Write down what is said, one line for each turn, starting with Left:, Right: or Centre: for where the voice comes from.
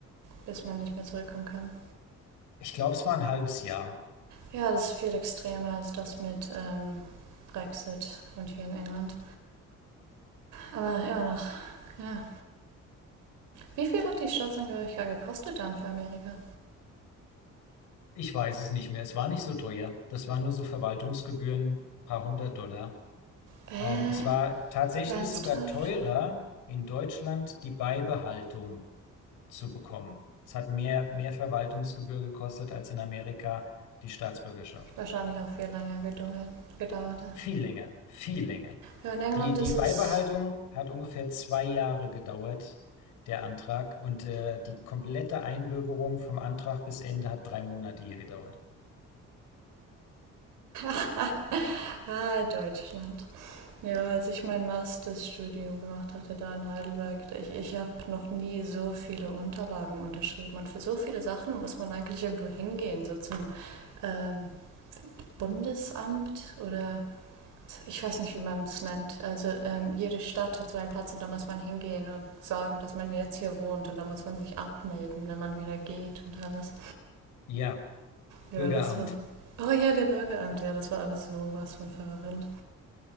Right: bis man nicht mehr zurückkommen kann.
Left: Ich glaube, es war ein halbes Jahr.
Right: Ja, das ist viel extremer als das mit ähm, Brexit und hier in England. Aber immer noch, ja. Wie viel hat die Staatsangehörigkeit gekostet dann für Amerika?
Left: Ich weiß es nicht mehr. Es war nicht so teuer. Das waren nur so Verwaltungsgebühren, paar hundert Dollar.
Right: Äh,
Left: Ähm, es war tatsächlich
Right: ernsthaft?
Left: sogar teurer, in Deutschland die Beibehaltung zu bekommen. Es hat mehr, mehr Verwaltungsgebühr gekostet als in Amerika die Staatsbürgerschaft.
Right: Wahrscheinlich auch viel länger gedauert, gedauert.
Left: Viel länger, viel länger.
Right: Ja, in England
Left: Die, die
Right: ist
Left: Beibehaltung
Right: es.
Left: hat ungefähr zwei Jahre gedauert, der Antrag. Und äh, die komplette Einbürgerung vom Antrag bis Ende hat drei Monate hier gedauert.
Right: <laughs> Ah, ah, Deutschland. Ja, als ich mein Masterstudium gemacht hatte da in Heidelberg, ich, ich habe noch nie so viele Unterlagen unterschrieben. Und für so viele Sachen muss man eigentlich irgendwo hingehen, so zum ähm, Bundesamt oder ich weiß nicht, wie man es nennt. Also ähm, jede Stadt hat so einen Platz und da muss man hingehen und sagen, dass man jetzt hier wohnt und da muss man sich abmelden, wenn man wieder geht und alles.
Left: Ja,
Right: Ja,
Left: Bürgeramt.
Right: das war so. Oh ja, der Bürgeramt, ja, das war alles sowas von verwirrend.